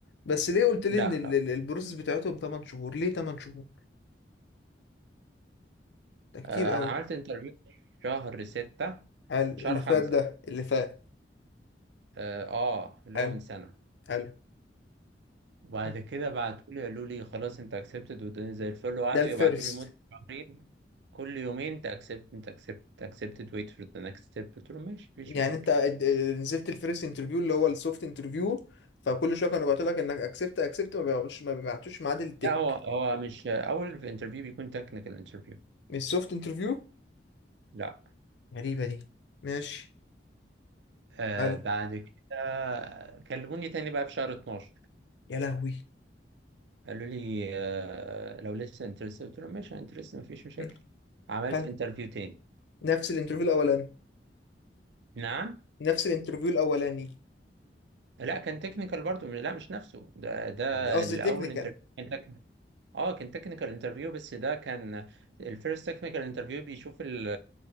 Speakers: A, on the left; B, on the right.
A: بس ليه قلت لي
B: لا
A: ان ال- ال- البروسيس بتاعتهم 8 شهور ليه 8 شهور ده كتير
B: آه،
A: قوي
B: انا عملت انترفيو شهر ستة
A: حلو اللي
B: شهر خمسة
A: فات ده اللي فات
B: اه آه، اللي
A: حلو
B: هو من سنة
A: حلو
B: وبعد
A: م.
B: كده بعتوا لي قالوا لي خلاص انت اكسبتد والدنيا زي الفل وقعدوا
A: ده الفيرست
B: يبعتوا لي مدة شهرين كل يومين انت اكسبت انت اكسبت انت اكسبتد ويت فور ذا نكست ستيب قلت لهم ماشي مفيش
A: يعني
B: مشاكل
A: انت اد- اه نزلت الفيرست انترفيو اللي هو السوفت انترفيو فكل شويه كانوا بيبعتوا لك انك اكسبت اكسبت ما بيبعتوش ما بيبعتوش ميعاد التك
B: لا هو هو مش اول في انترفيو بيكون تكنيكال انترفيو
A: من السوفت انترفيو
B: لا
A: غريبه دي ماشي
B: آه
A: حلو
B: بعد كده كلموني تاني بقى في شهر 12
A: يا لهوي
B: قالوا لي آه لو لسه انترست قلت لهم ماشي انترست مفيش مشاكل
A: هم.
B: عملت
A: حلو
B: انترفيو تاني
A: نفس الانترفيو الاولاني
B: نعم
A: نفس الانترفيو الاولاني
B: لا كان تكنيكال برضو لا مش نفسه ده ده
A: قصدي
B: الاول
A: تكنيكال
B: انترفيو كان تكنيكال اه كان تكنيكال انترفيو بس ده كان الفيرست تكنيكال انترفيو بيشوف ال